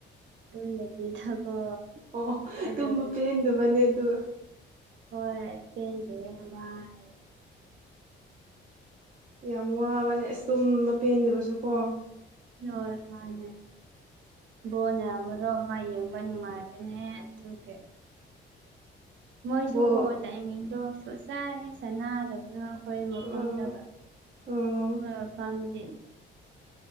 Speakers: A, on the right; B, on the right.
A: ꯇꯨꯝꯗꯕꯤꯗꯀꯣ
B: ꯑꯣ
A: ꯑꯗꯨ
B: ꯇꯨꯝꯕ ꯄꯦꯟꯗꯕꯅꯦ ꯑꯗꯨ
A: ꯍꯣꯏ ꯄꯦꯟꯗꯦ ꯋꯥꯏꯌꯦ
B: ꯌꯥꯝ ꯋꯥꯕꯅꯦ ꯑꯁ ꯇꯨꯝꯕ ꯄꯦꯟꯗꯕꯁꯨ ꯀꯣ
A: ꯅꯣꯏ ꯃꯥꯅꯦ ꯕꯣꯅ ꯑꯃꯔꯣ ꯑꯃ ꯌꯦꯡꯕ ꯅꯨꯡꯉꯥꯏꯕ ꯅꯦ ꯑꯗꯨꯒꯤ ꯃꯣꯏꯁꯨ
B: ꯕꯣꯜ
A: ꯀꯣ ꯇꯥꯏꯃꯤꯡꯗꯣ ꯁꯣꯠ ꯆꯥꯏ ꯍꯦ ꯆ ꯗꯕꯗꯣ ꯑꯩꯈꯣꯏ ꯃꯐꯝꯗ
B: ꯑꯥ
A: ꯑꯩꯈꯣꯏ
B: ꯑꯥ
A: ꯃꯐꯝꯗꯤ